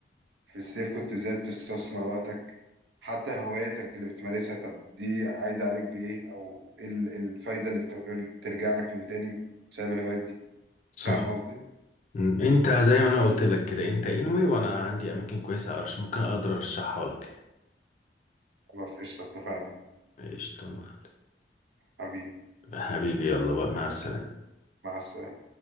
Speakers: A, on the right; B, on the left.
A: في الصيف كنت ازاي بتستثمر وقتك حتى هواياتك اللي بتمارسها طب دي عايدة عليك بإيه أو إيه ال- إيه الفايدة اللي بتر- بترجع لك من تاني بسبب الهوايات دي
B: صح
A: فاهم قصدي؟
B: م، انت زي ما انا قلت لك كده انت انوي وانا عندي اماكن كويسه ارش ممكن اقدر ارشحها لك
A: خلاص قشطة اتفقنا
B: يعني. قشطه يا معلم.
A: حبيبي
B: حبيبي يلا بقى مع السلامه
A: مع السلامة